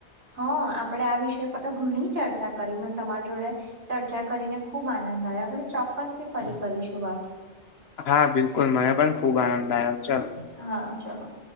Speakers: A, on the right; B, on the left.
A: હ આપડે આ વિષય પર તો ઘણી ચર્ચા કરી મને તમારી જોડે ચર્ચા કરીને ખુબ આનંદ નયા આપણે ચોક્કસ થી ફરી કરીશું વાત.
B: હા બિલકુલ મને પણ ખુબ આનંદ આયો ચલ.
A: હા ચલો.